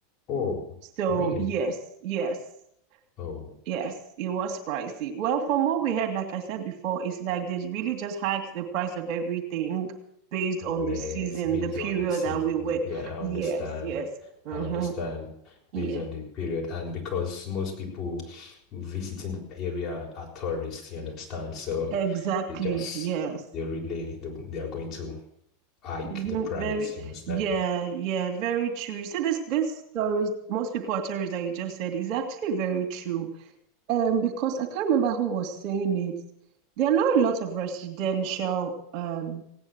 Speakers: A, on the left; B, on the right.
A: oh,
B: So
A: really?
B: yes, yes,
A: Oh,
B: yes, it was pricey. Well, from what we heard, like I said before, it's like they really just hiked the price of everything based on
A: yes,
B: the season,
A: based
B: the period
A: on the season.
B: that we were.
A: Yeah, I
B: Yes,
A: understand.
B: yes. hmm
A: I understand.
B: Yeah.
A: Based on the period, and because most people visiting the area are tourists, you understand? So
B: Exactly.
A: they just
B: Yes.
A: they really they, they are going to hike
B: Mhm,
A: the price,
B: Very,
A: you understand?
B: yeah, yeah, very true. You see, this this stories, most people are stories that you just said is actually very true. Um, because I can't remember who was saying it. There are not a lot of residential um